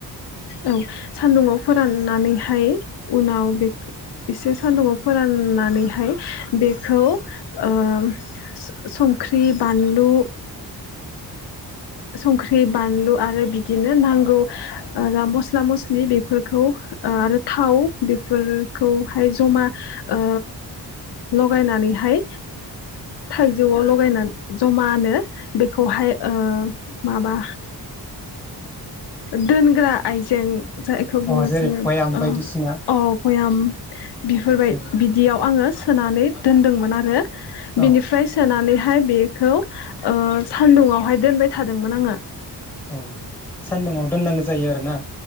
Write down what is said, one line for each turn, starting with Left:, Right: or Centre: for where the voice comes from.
Left: ओं सान्दुंङाव फोराननानैहाय उनाव बे एसे सान्दुङाव फोराननानैहाय बेखौ ओ संख्रि बानलु संख्रि बानलु आरो बिदिनो नांगौ ओ मस्ला-मस्लि बेफोरखौ आरो थाव बेफोरखौहाय जमा ओ लगायनानैहाय थाइजौआव लगायनानै जमानो बेखौहाय माबा दोनग्रा आइजें जायखौ बुङो
Centre: अ जेरै
Left: जोङो
Centre: भयाम बायदिसिना
Left: ओ अ बयाम बिफोरबाय
Centre: ओ,
Left: बिदियाव आङो सोनानै दोन्दोंमोन आरो।
Centre: औ
Left: बिनिफ्राय सोनानैहाय बे खौ ओ‌ सान्दुंआवहाय दोनबाय थादोंमोन आङो।
Centre: औ सान्दुुंआव दोननांगो जायो आरोना?